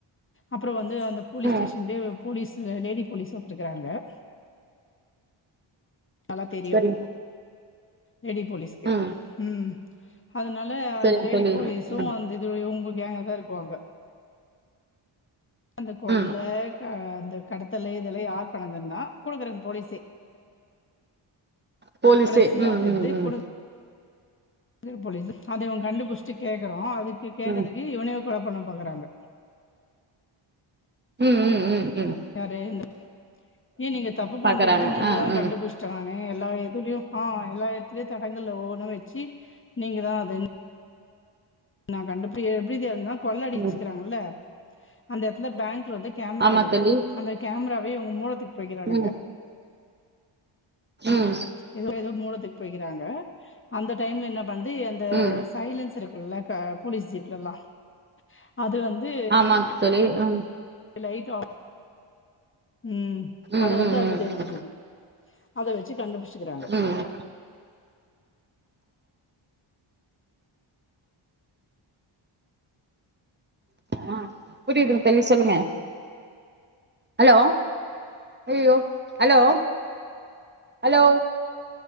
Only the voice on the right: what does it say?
ம்
சரிங்க
ம்
சரிங்க
தோழி
ம்
ம்
போலீஸே
உம்
உம் உம்
ம்
ம் ம் ம் ம்
பாக்குறாங்க
ஆ
ம்
ம்
ஆமா
தோழி
ம் ம்
ம்
ஆமா தோழி ம்
ம்
ம்
ம்
ம்
ம் ஆ புரியுதுங் தோழி சொல்லுங்க ஹலோ அய்யயோ ஹலோ ஹலோ